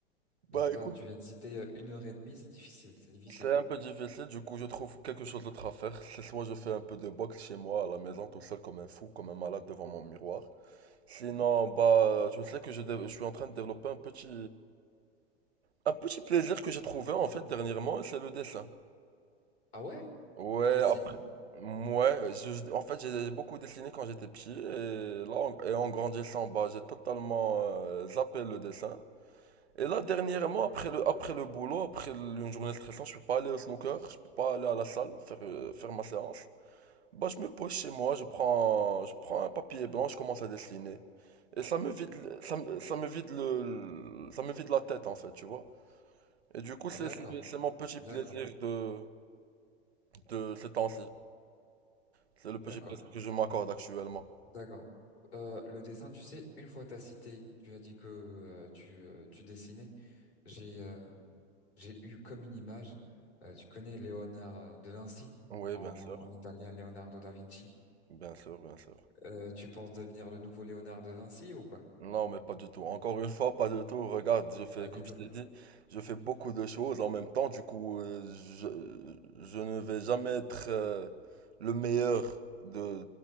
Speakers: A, on the right; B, on the left.
A: Bah
B: Donc, toi,
A: écoute,
B: tu viens de citer euh, une heure et demie, c'est difficile, c'est difficile.
A: c'est un peu difficile, du coup je trouve quelque chose d'autre à faire. C'est soit je fais un peu de boxe chez moi à la maison tout seul comme un fou, comme un malade devant mon miroir. Sinon, bah je sais que je, dé- je suis en train de développer un petit un petit plaisir que j'ai trouvé en fait dernièrement, c'est le dessin.
B: Ah ouais?
A: Ouais,
B: Tu dessines?
A: après ouais, je- en fait j'ai beaucoup dessiné quand j'étais petit et là en, et en grandissant, bah j'ai totalement euh, zappé le dessin. Et là, dernièrement, après le, après le boulot, après une journée de stressante, je peux pas aller au snooker, je peux pas aller à la salle faire, euh, faire ma séance. Bah, je me pose chez moi, je prends, je prends un papier blanc, je commence à dessiner. Et ça me vide, le- ça, me- ça me vide le, le- ça me vide la tête, en fait, tu vois. Et du coup,
B: D'accord,
A: c'est, c'est c'est mon petit
B: d'accord,
A: plaisir de, de ces temps-ci. C'est le petit
B: d'accord.
A: plaisir que je m'accorde actuellement.
B: D'accord. Euh, le dessin, tu sais, une fois t'as cité, tu as dit que euh, tu, euh, tu dessinais. J'ai euh, j'ai eu comme une image. euh, tu connais Léonard euh, de Vinci
A: Oui,
B: en,
A: bien sûr,
B: en, en italien, Leonardo da Vinci.
A: bien sûr, bien sûr.
B: Euh, tu penses devenir le nouveau Léonard de Vinci ou quoi?
A: Non, mais pas du tout. Encore une fois, pas du tout. Regarde, je fais,
B: Pas
A: comme
B: du tout.
A: je t'ai dit, je fais beaucoup de choses en même temps. Du coup, euh, je, je ne vais jamais être euh, le meilleur de,